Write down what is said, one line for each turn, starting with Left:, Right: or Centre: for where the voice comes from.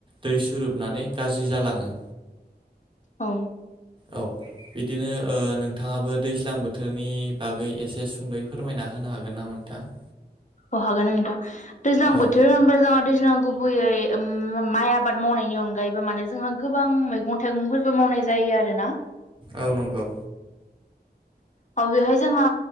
Right: दै सुरोबनानै गाज्रि जा जालाङो।
Left: औ।
Right: औ बिदिनो ओ नोंथाङाबो दैज्लां बोथोरनि बागै एसे सुंद'यै फोरमायना होनो हागोन ना नोंथां?
Left: अ हागोन नोंथां दैज्लां
Right: औ
Left: बोथोर होमबा जोंहा दैज्लां गुबैयै ओ माइ आबाद मावनायनि अन गायबा माने जोंहा गोबां मैगं थाइगंफोरबो मावनाय जायो आरोना।
Right: औ नंगौ।
Left: बेवहाय जोंहा